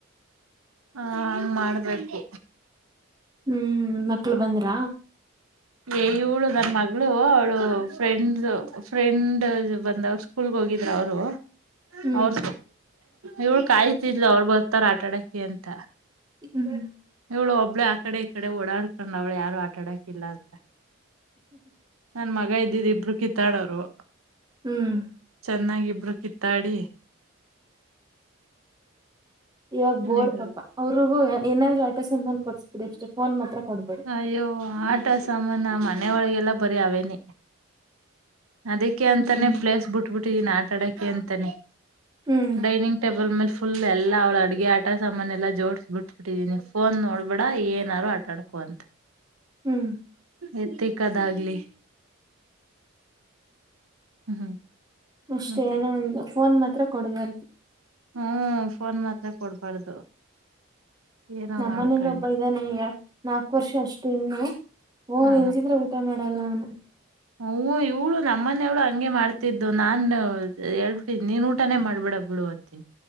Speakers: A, on the right (about 85°); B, on the right (about 20°).
A: ಹಾ ಹಂಗ ಮಾಡ್ಬೇಕು
B: ಹ್ಮ್ ಮಕ್ಳು ಬಂದ್ರ
A: ಏ ಇವಳು ನನ್ ಮಗಳು ಅವಳು ಫ್ರೆಂಡ್ ಫ್ರೆಂಡ್ ಬಂದ ಅವ್ ಸ್ಕೂಲ್ ಹೋಗಿದ್ರ ಅವರು
B: ಹ್ಮ್
A: ಅವ್ರ ಇವಳ ಕಾಯ್ತಿದ್ಲ ಅವರು ಬರ್ತಾರ ಆಟ ಆಡೋಕೆ ಅಂತ
B: ಹ್ಮ್
A: ಇಳು ಒಬ್ಳೇ ಆ ಕಡೆ ಈ ಕಡೆ ಓಡಾಡ್ಕೊಂಡ್ ಅವ್ಳು ಯಾರು ಆಟ ಆಡಕಿಲ್ಲ ಅಂತ ನನ್ ಮಗ ಇದ್ದೀರಿ ಇಬ್ರು ಕಿತ್ತಾಡೋರು
B: ಹ್ಮ್
A: ಚೆನ್ನಾಗಿ ಇಬ್ರು ಕಿತ್ತಾಡಿ
B: ಇವಾಗ ಬೋರ್
A: ಇಡೋರು
B: ಪಾಪಾ ಅವ್ರಿಗೂ ಏನಾದ್ರು ಆಟ ಸಾಮಾನು ಕೊಡಿಸ್ಬಿಡಿ ಅಷ್ಟೆ ಫೋನ್ ಮಾತ್ರ ಕೊಡ್ಬೇಡಿ
A: ಅಯ್ಯೋ ಆಟ ಸಾಮಾನ ಮನೆ ಒಳಗೆಲ್ಲ ಬರಿ ಅವೇನೆ ಅದಕ್ಕೆ ಅಂತಾನೆ
B: ಹ್ಮ್
A: ಪ್ಲೇಸ್ ಬಿಟ್ಬಿಟ್ಟಿದೀನ ಆಟಾಡಕ್ಕೆೆ ಅಂತಾನೆ
B: ಹ್ಮ್
A: ಡೈನಿಂಗ ಟೇಬಲ್ ಮೇಲೆ ಫುಲ್ ಎಲ್ಲ ಅವ್ಳ ಅಡುಗೆ ಆಟ ಸಾಮಾನ ಎಲ್ಲ ಜೋಡಸ್ ಬಿಟ್ ಬಿಟ್ಟಿದೀನಿ ಫೋನ್ ನೋಡ್ಬೇಡ ಏನಾರು ಆಟ ಆಡ ಒಂದ್
B: ಹ್ಮ್
A: ಎತ್ತಿಕದಾಗಲಿ ಹ್ಮ್ ಹ್ಮ್
B: ಅಷ್ಟೇ
A: ಮತ್ತೆ
B: ಏನ ಒಂದು ಫೋನ್ ಮಾತ್ರ ಕೊಡಬಾರ್ದು
A: ಹ್ಮ ಫೋನ್ ಮಾತ್ರ ಕೊಡ್ಬಾರ್ದು ಏನೋ
B: ನಮ್ಮನೇಲಿ
A: ಮಾಡ್ಕೊಳ್ಳಿ
B: ಒಬ್ಬ ಇದಾನ ನಾಕು ವರ್ಷ ಅಷ್ಟು ಇನ್ನು ಓನ್
A: ಹಾ
B: ಇಲ್ದಿದ್ರೆ ಊಟ ಮಾಡ ನಲ್ಲ
A: ಹ ಇವಳು ನಮ್ಮನವ್ಳು ಹಂಗೆ ಮಾಡ್ತಿದ್ದು ನಾನು ಹೇಳ್ಬಿಟ್ಟಿದಿ ನೀನ್ ಊಟಾನೇ ಮಾಡಬೇಡ ಬಿಡು ದಿನ